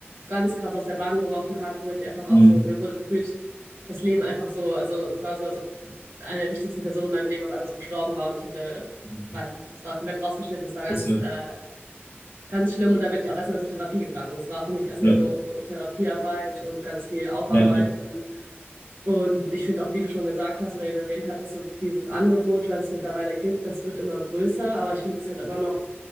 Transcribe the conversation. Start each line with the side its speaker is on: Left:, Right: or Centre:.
Right: ganz krass aus der Bahn geworfen hat, wo ich einfach auch
Left: Mhm.
Right: so, mir wurde gefühlt, das Leben einfach so, also es war so, als ob eine der wichtigsten Personen in meinem Leben auf einmal so gestorben war und ich hatte,
Left: Mhm.
Right: war einfach, es war komplett rausgeschnitten, es war ganz,
Left: Das, äh,
Right: äh, ganz schlimm und da bin ich auch erstmal zur Therapie gegangen. Es war für mich erstmal
Left: Ja,
Right: so Therapiearbeit und ganz viel Aufarbeiten
Left: ja, ja,
Right: und ich finde auch, wie du schon gesagt hast oder eben erwähnt hattest, so dieses Angebot, was es mittlerweile gibt, das wird immer größer, aber ich finde, es ist halt immer noch,